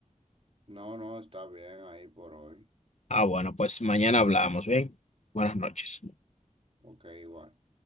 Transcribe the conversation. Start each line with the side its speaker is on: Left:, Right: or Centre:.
Right: No, no, está bien ahí por hoy.
Left: Ah, bueno, pues mañana hablamos, ¿bien? Buenas noches.
Right: Ok, igual.